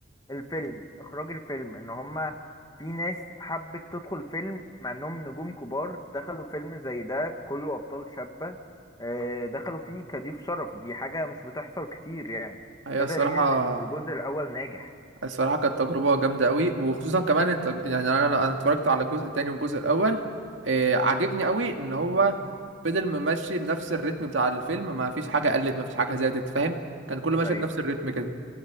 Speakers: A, on the left; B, on the right.
A: الفيلم اخراج الفيلم ان هما في ناس حبت تدخل فيلم مع انهم نجوم كبار دخلوا فيلم زي ده كله ابطال شابة آه، دخلوا فيه كضيوف شرف دي حاجة مش بتحصل كتير يعني
B: هي
A: ده
B: الصراحة
A: دليل ان الجزء الاول ناجح
B: الصراحة كانت تجربة جامدة قوي وخصوصا كمان التج... يعني أنا أنا اتفرجت على الجزء التاني والجزء الأول آه عجبني قوي إن هو فضل ممشي بنفس الريتم بتاع الفيلم ما فيش حاجة قلت ما فيش حاجة زادت فاهم كان كله ماشي
A: ايوه
B: بنفس الريتم كده